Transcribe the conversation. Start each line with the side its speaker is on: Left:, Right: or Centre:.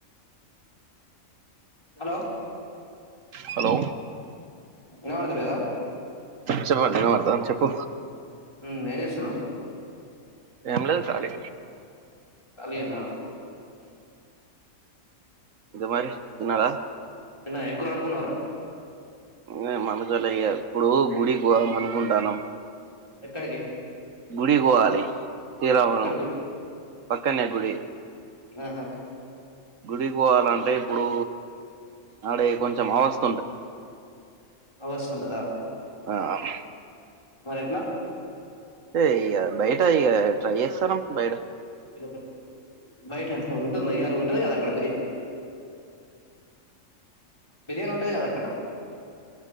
Left: హలో
Right: హలో
Left: వినబడత లేదా
Right: చెప్పండి వినబడతాంది చెప్పు
Left: ఉమ్ ఏం చేస్తున్నావు
Right: ఎం లేదు ఖాలీ
Left: ఖాళీయేనా
Right: ఇగ మరి తిన్నారా
Left: నిన్న ఏం కూర వండుకున్నావారా
Right: <unintelligible> ఇప్పుడు గుడి పోదాం అనుకుంటాన్నము
Left: ఎక్కడికి
Right: గుడికి పోవాలి శ్రీరామనం
Left: ఎక్కడి గుడి
Right: పక్కన్నే గుడి
Left: ఆహా
Right: గుడికి పోవాలంటే ఇప్పుడు ఆడే కొంచెం అవస్
Left: ఆ వస్తుంటదా
Right: ఆ మ్
Left: మరెట్లా
Right: ఏ ఇగ బయట ఇగ ట్రై చేస్తున్నం బయట
Left: ఇగ <inaudible> బయట ఉంటుంది ఇయ్యాళ ఉంటది కదా అక్కడ బిర్యానీ బిర్యానీ ఉంటది కదా అక్కడ